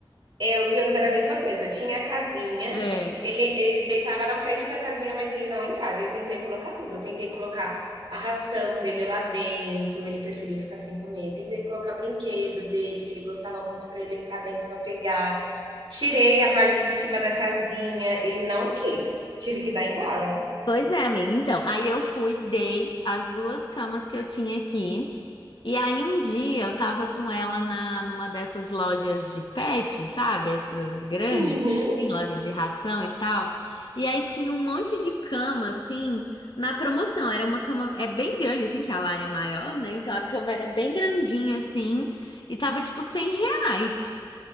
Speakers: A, on the right; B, on the left.
A: Eu, o Guioso era a mesma coisa, tinha a casinha.
B: É.
A: Ele, ele deitava na frente da casinha, mas ele não entrava. E eu tentei colocar tudo. Eu tentei colocar a ração dele lá dentro, ele preferia ficar sem comer. Tentei colocar brinquedo dele, que ele gostava muito, para ele entrar dentro para pegar. Tirei a parte de cima da casinha, ele não quis. Tive que dar embora.
B: Pois é, amiga. Então, aí eu fui, dei as duas camas que eu tinha aqui. E aí um dia eu tava com ela na numa dessas lojas de pet, sabe? Essas grandes,
A: Uhum.
B: assim, lojas de ração e tal. E aí tinha um monte de cama assim na promoção. Era uma cama é bem grande assim, que a Lara é maior, né? Então a cama era bem grandinha assim e tava tipo cem reais.